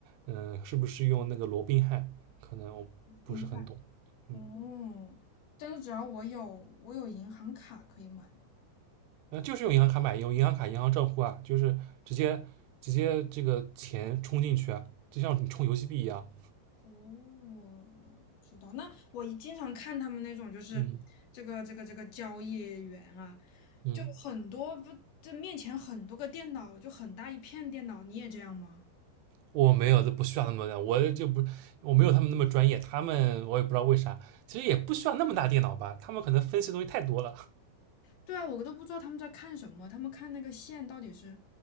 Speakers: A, on the right; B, on the left.
A: 嗯，是不是用那个罗宾汉？可能我不是很懂，
B: 冰块。
A: 嗯，
B: 哦，但是只要我有我有银行卡可以买吗？
A: 呃，就是用银行卡买，用银行卡、银行账户啊，就是直接直接这个钱充进去啊，就像你充游戏币一样，
B: 哦，知道。那我一经常看他们那种就是这个这个这个交易员啊，
A: 嗯嗯，
B: 就很多不这面前很多个电脑，就很大一片电脑，你也这样吗？
A: 我没有，这不需要那么的，我就不，我没有他们那么专业，他们我也不知道为啥，其实也不需要那么大电脑吧，他们可能分析的东西太多了。
B: 对啊，我都不知道他们在看什么，他们看那个线到底是